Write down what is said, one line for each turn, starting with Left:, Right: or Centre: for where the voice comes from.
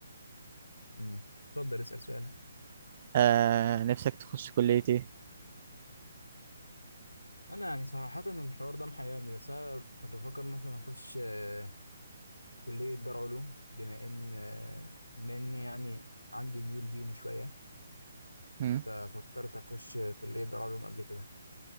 Left: مم. اتفضل اسأل سؤالك
Right: آه نفسك تخش كلية ايه؟
Left: انا يعني صراحة الحوار ده محيرني بس انا كنت بفكر مثلا اخش آه، كلية دار علوم بما ان آه، بما اني يعني عندي ميول ديني شوية
Right: هم؟
Left: ففكرت اخش آه، كلية دار علوم قبل كده